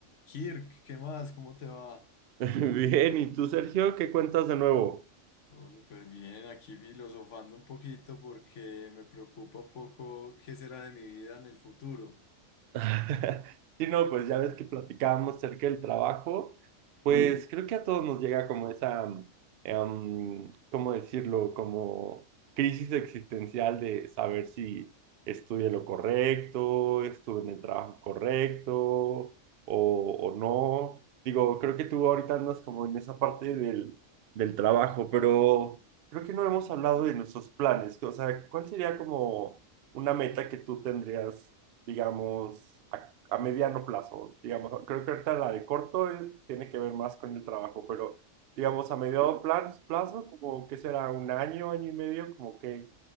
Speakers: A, on the left; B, on the right.
A: Kirk, ¿qué más? ¿Cómo te va?
B: <laughs> Bien, ¿y tú, Sergio, qué cuentas de nuevo?
A: Todo súper bien, aquí filosofando un poquito porque me preocupa un poco qué será de mi vida en el futuro.
B: <laughs> Sí, no, pues ya ves que platicábamos acerca del trabajo, pues creo que a todos nos llega como esa, mm, em, ¿cómo decirlo? Como crisis existencial de saber si estudié lo correcto, estuve en el trabajo correcto o, o no. Digo, creo que tú ahorita andas como en esa parte del, del trabajo, pero creo que no hemos hablado de nuestros planes. O sea, ¿cuál sería como una meta que tú tendrías? digamos, a, a mediano plazo. Digamos, creo que ahorita la de corto eh, tiene que ver más con el trabajo, pero digamos, a mediano plazo, plazo como que será un año, año y medio, como que,